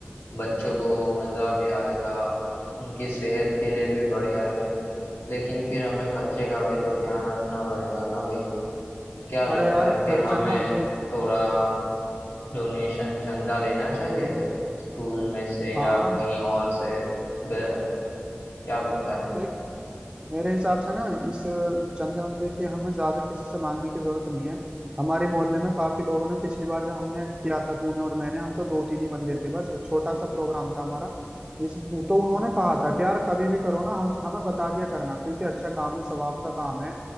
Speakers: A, on the left; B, on the right.
A: बच्चों को मजा भी आएगा उनकी सेहत के लिए भी बढ़िया है लेकिन फिर हमें खर्चे का भी तो ध्यान रखना पड़ेगा ना भाई क्या लगता
B: अरे यार
A: है फिर
B: खर्चा
A: हमें
B: ना देख
A: थोड़ा डोनेशन चंदा लेना चाहिए स्कूल में से या
B: हाँ
A: कहीं और से ग- क्या लगता है
B: देख मेरे हिसाब से ना इस चंदे वंदे की हमें ज्यादा किसी से मांगने की जरूरत नहीं है हमारे मोहल्ले में काफी लोगों ने पिछली बार जो हमने किया था तूने और मैंने हम तो दो तीन ही बंदे थे बस छोटा सा प्रोग्राम था हमारा इस तो उन्होंने कहा था कि यार कभी भी करो ना हम हमें बता दिया करना क्योंकि अच्छा काम है सवाब का काम है